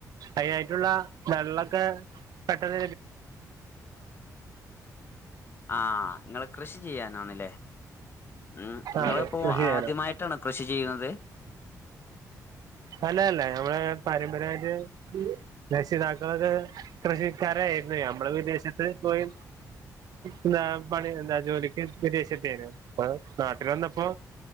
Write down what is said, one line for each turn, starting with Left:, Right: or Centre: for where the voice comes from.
Right: അതിനായിട്ടുള്ള വെള്ളൊക്കെ പെട്ടത്
Left: ആഹ നിങ്ങൾ കൃഷി ചെയ്യാനാണല്ലേ ഉം നിങ്ങളിപ്പോ
Right: അതെ കൃഷി ചെയ്യാനോ
Left: ആദ്യമായിട്ടാണ കൃഷി ചെയ്യുന്നത്
Right: അല്ലല്ല നമ്മള് പാരമ്പര്യമായിട്ട് രക്ഷിതാക്കൾ <unintelligible> കൃഷിക്കര നമ്മള് വിദേശത്ത് പോയി എന്താ പണി എന്താ ജോലിക്ക് വിദേശത്തേനും അപ്പൊ നാട്ടിൽ വന്നപ്പോ